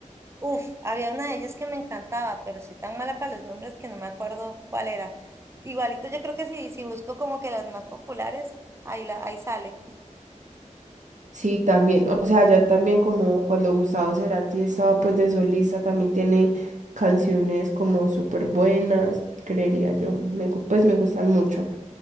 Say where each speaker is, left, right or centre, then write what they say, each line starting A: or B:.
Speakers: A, on the right (about 20°); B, on the right (about 70°).
A: Uf, había una de ellas que me encantaba, pero soy tan mala para los nombres que no me acuerdo cuál era. Igualito yo creo que si, si busco como que las más populares, ahí la, ahí sale.
B: Sí, también, o sea, ya también como cuando Gustavo Cerati estaba pues de solista, también tiene canciones como súper buenas, creería yo, me gu- pues me gustan mucho.